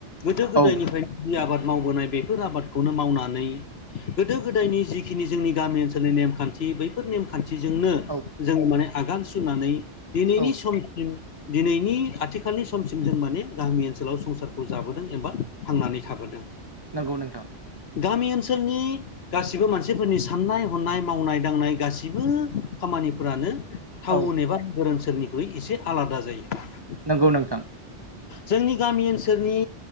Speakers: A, on the left; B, on the right.
A: गोदो गोदायनिफ्राय
B: औ
A: जि आबाद मावबोनाय बेफोर आबादखौनो मावनानै गोदो गोदायनि जिखिनि जोंनि गामि ओनसोलनि नेमखान्थि बैफोर नेमखान्थिजोंनो
B: औ
A: जों माने आगान सुरनानै दिनैनि
B: औ
A: समसिम दिनैनि आथिखालनि समसिम जों माने गामि ओनसोलाव संसारखौ जाबोदों एबा थांनानै थाबोदों।
B: नंगौ नोंथां।
A: गामि ओनसोलनि गासिबो मानसिफोरनि सा साननाय हनाय मावनाय दांनाय गासिबो खामानिफोरानो टाउन
B: औ
A: एबा नोगोर ओनसोलनिख्रुइ एसे आलादा जायो।
B: नंगौ नोंथां।
A: जोंनि गामि ओनसोलनि